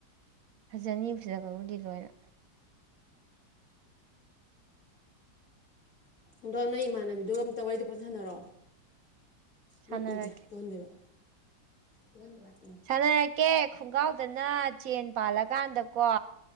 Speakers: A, on the right; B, on the left.
A: ꯐꯖꯅꯤ ꯐꯖꯕꯕꯨꯗꯤ ꯂꯣꯏꯅ
B: ꯑꯗꯣ ꯅꯪꯏ ꯏꯃꯥꯟꯅꯕꯤꯗꯨꯒ ꯑꯝꯇ ꯋꯥꯔꯤꯗ‌ꯣ ꯐꯖꯅ ꯁꯥꯟꯅꯔꯣ
A: ꯁꯥꯟꯅꯔꯛꯀꯦ
B: ꯎꯝ ꯅꯠꯇꯦ ꯇꯨꯍꯟꯗꯣꯏꯕ <unintelligible> ꯎꯝ
A: ꯁꯥꯟꯅꯔꯛꯀꯦ ꯈꯣꯡꯒ꯭ꯔꯥꯎꯗꯅ ꯆꯦꯟ ꯄꯥꯜꯂꯀꯥꯟꯗꯀꯣ